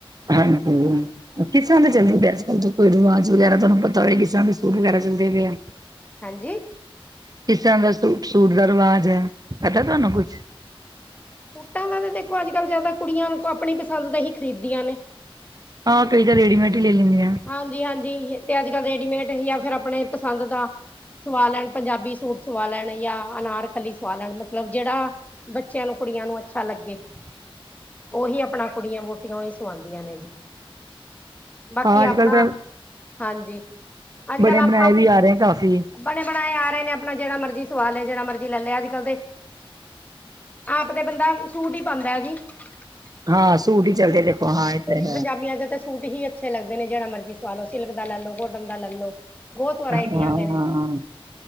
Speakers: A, on the right; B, on the left.
A: ਹਾਂ
B: ਹਾਂਜੀ।
A: ਕਿਸ ਚੱਲ ਪ ਅੱਜ ਕੱਲ ਕੋਈ ਰਵਾਜ਼ ਵਗੈਰਾ ਤੁਹਾਨੂੰ ਪਤਾ ਹੋ ਕਿਸ ਤਰ੍ਹਾਂ ਦੇ ਸੂਟ ਵਗੈਰਾ ਚੱਲਦੇ ਪਏ ਆ।
B: ਹਾਂਜੀ
A: ਕਿਸਰ ਦਾ ਸੂਟ ਸੂਟ ਦਾ ਰਿਵਾਜ ਹੈ ਪਤਾ ਤੁਹਾਨੂੰ ਕੁਛ।
B: ਸੂਟਾਂ ਦਾ ਤਾਂ ਦੇਖੋ ਅੱਜ ਕੱਲ੍ਹ ਜਿਆਦਾ ਕੁੜੀਆਂ ਆਪਣੀ ਪਸੰਦ ਦਾ ਹੀ ਖ਼ਰੀਦੀਆਂ ਨੇ।
A: ਹਾਂ ਕਈਂ ਤਾਂ ਰੇਡੀਮੇਡ। ਹੀ ਲੈ ਲੈਂਦੀਆਂ
B: ਹਾਂਜੀ ਹਾਂਜੀ ਤੇ ਅੱਜ ਕੱਲ ਰੇਡੀਮੇਡ ਜਾਂ ਫਿਰ ਆਪਣੇ ਪਸੰਦ ਦਾ। ਸਵਾ ਲੈਣ ਪੰਜਾਬੀ ਸੂਟ ਸਵਾ ਲੈਣ ਜਾਂ ਅਨਾਰਕਲੀ ਸਵਾ ਲੈਣ ਮਤਲਬ ਜਿਹੜਾ ਬੱਚਿਆਂ ਨੂੰ ਕੁੜੀਆਂ ਨੂੰ ਅੱਛਾ ਲੱਗੇ
A: ਹ <unintelligible>
B: ਉਹੀ ਆਪਣਾ ਕੁੜੀਆਂ ਵੋਹਟੀਆਂ ਹੀ ਸਵਾਂਦੀਆਂ ਨੇ ਜੀ ਬਾਕੀ
A: ਹਾਂ ਅੱਜ
B: ਆਪਣਾ
A: ਕੱਲ੍ਹ ਤਾਂ
B: ਹਾਂਜੀ ਅੱਜ
A: ਬਣੇ
B: ਕੱਲ ਆਪਾਂ
A: ਬਣਾਏ ਵੀ ਆ ਰਹੇ ਕਾਫੀ
B: ਬਣੇ ਬਣਾਏ ਆ ਨੇ ਆਪਣਾ ਜਿਹੜਾ ਮਰਜ਼ੀ ਸਵਾਲ ਹੈ ਜਿਹੜਾ ਮਰਜੀ ਲੈ ਲਿਆ ਅੱਜ ਕੱਲ੍ਹ ਤੇ ਆਪ ਤੇ ਬੰਦਾ ਸੂਟ ਹੀ ਪਾਂਦਾ ਐ ਜੀ ਸੂਟ
A: ਹਾਂ ਹੀ ਚੱਲਦੇ ਦੇਖੋ ਹਾਂ
B: ਹੀ
A: ਇਹ
B: ਸੂਟ
A: ਤਾਂ
B: ਹੀ ਪੰਜਾਬੀਆਂ
A: ਹੈ।
B: ਦੇ ਤਾਂ ਸੂਟ ਹੀ ਅੱਛੇ ਲੱਗ ਜਿਹੜਾ ਮਰਜ਼ੀ ਸਵਾ ਲੋ ਸਿਲਕ ਦਾ ਲੈ ਲੋ ਕੋਟਨ ਦਾ ਲੈ ਲੋ ਬਹੁਤ ਵਰਾਇਟੀਆਂ
A: ਹਾਂ
B: ਦੇ ਨੇ